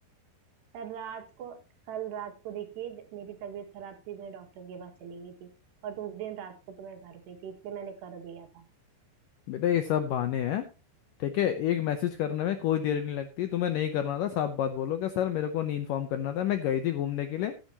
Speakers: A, on the right (about 80°); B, on the left (about 80°).
A: कल रात को कल रात को देखिए जब मेरी तबीयत खराब थी मैं डॉक्टर के पास चली गई थी और उस दिन रात को तो मैं घर पे थी इसलिए मैंने कर दिया था
B: बेटा ये सब बहाने हैं ठीक है एक मैसेज करने में कोई देर नहीं लगती तुम्हें नहीं करना था साफ बात बोलो कि सर मेरे को नहीं इन्फॉर्म करना था मैं गई थी घूमने के लिए